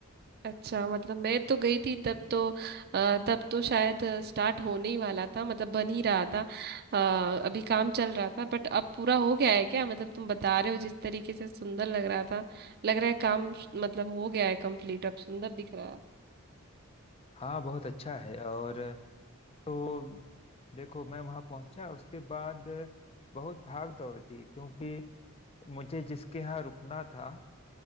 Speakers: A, on the right (about 45°); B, on the left (about 30°).
A: अच्छा मतलब मैं तो गई थी तब तो अ, तब तो शायद स्टार्ट होने ही वाला था मतलब बन ही रहा था अ, अभी काम चल रहा था बट अब पूरा हो गया है क्या मतलब तुम बता रहे हो जिस तरीके से सुंदर लग रहा था लग रहा है काम मतलब हो गया है कंप्लीट अब सुंदर दिख रहा
B: हाँ बहुत अच्छा है और तो देखो मैं वहाँ पहुँचा उसके बाद बहुत भाग दौड़ थी क्योंकि मुझे जिसके यहाँ रुकना था